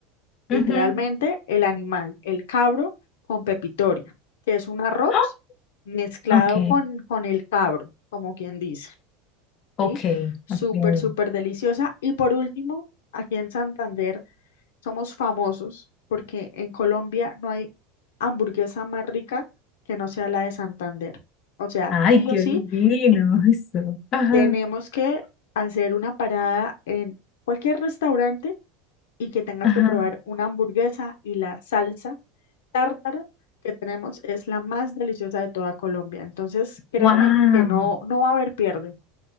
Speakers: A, on the left (about 90°); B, on the left (about 40°).
A: literalmente
B: ujú.
A: el animal, el cabro con pepitoria, que es un arroz
B: ¡Ah!
A: mezclado
B: Ok,
A: con, con el cabro, como quien dice,
B: ok,
A: ¿sí? Súper,
B: ok.
A: súper deliciosa. Y por último, aquí en Santander. Somos famosos porque en Colombia no hay hamburguesa más rica que no sea la de Santander. O sea,
B: Ay,
A: sí
B: qué
A: o sí,
B: divino eso. Ajá,
A: tenemos que hacer una parada en cualquier restaurante y que tengas
B: ajá.
A: que probar una hamburguesa y la salsa tártara que tenemos es la más deliciosa de toda Colombia. Entonces, créeme
B: Wow.
A: que no, no va a haber pierde.